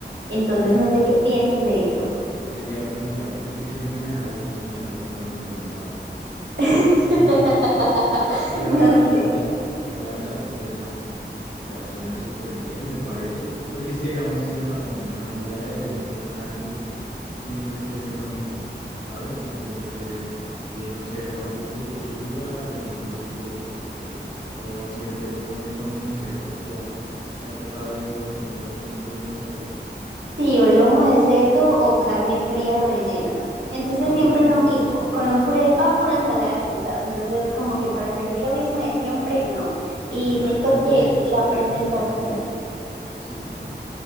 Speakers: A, on the right (about 85°); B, on the left (about 80°).
A: Entonces,
B: Lisa,
A: no sé qué piensas de eso.
B: yo te iba a preguntar, ¿tú por qué siempre me hablas de comida rica cuando no he almorzado?
A: <laughs>
B: <laughs> Pero no,
A: No
B: la verdad,
A: sé.
B: la verdad suena, o sea, suena súper bien, me parece, porque es que, digamos, tienes razón, en la mayoría de eventos grandes siempre suele ser lo mismo, ¿sabes? Siempre suele ser, eh, no sé, rollos de pechuga, rellenos de yo no sé qué. O siempre ponen lomo de cerdo, si, has- si, si te ha tocado eventos donde sean lomos de- lomo de cerdo.
A: Sí, o lomo de cerdo o carne fría rellena. Entonces
B: No,
A: siempre
B: horrible.
A: es lo mismo, con un puré de papa, una ensalada de frutas. Entonces como que para servir lo mismo de siempre, no.
B: En
A: Y
B: cambio,
A: siento que
B: tu, i- tu
A: la
B: idea
A: presentación
B: me parece súper.